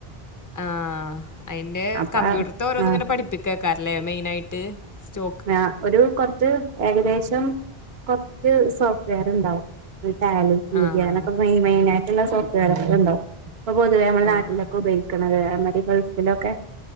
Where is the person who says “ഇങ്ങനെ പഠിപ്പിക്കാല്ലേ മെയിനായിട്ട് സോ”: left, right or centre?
Left